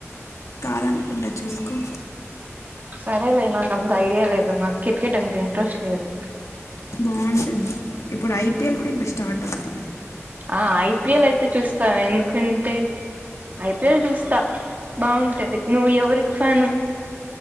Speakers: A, on the left (about 85°); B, on the right (about 35°).
A: ద అనుకుంటా చూసుకో
B: సరేలే నాకు అంత ఐడియా లేదు నాకు క్రికెట్ అంత ఇంట్రెస్ట్ లేదు
A: బాగుంటుంది ఇప్పుడు ఐపిఎల్ కూడా ఇంక స్టార్ట్ అవుద్ది
B: ఆ ఐపీఎల్ అయితే చూస్తా ఎందుకంటే ఐపీఎల్ చూస్తా బాగుంటది నువ్వు ఎవరికి ఫ్యాను